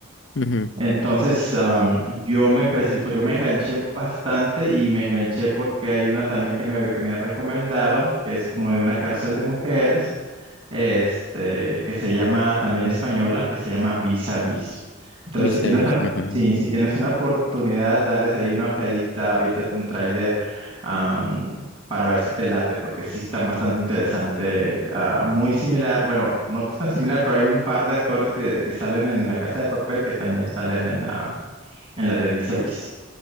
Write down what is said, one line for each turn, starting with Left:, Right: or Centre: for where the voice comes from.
Left: ujú,
Right: Entonces, am, yo me empecé, pues yo me enganché bastante y me enganché porque hay una también que me, que me han recomendado, que es como de una cárcel de mujeres este, que se llama también española, que se llama Vis a Vis. Entonces,
Left: Vis
Right: si tienes,
Left: a vis,
Right: un-
Left: ujú.
Right: si, si tienes una oportunidad, dales ahí una ojeadita, aviéntate un tráiler am, para ver si te late, porque sí están bastante interesante. ah, muy similar, bueno, no tan similar, pero hay un par de actores que, que salen en La Casa de Papel que también salen en la, en la de Vis a Vis.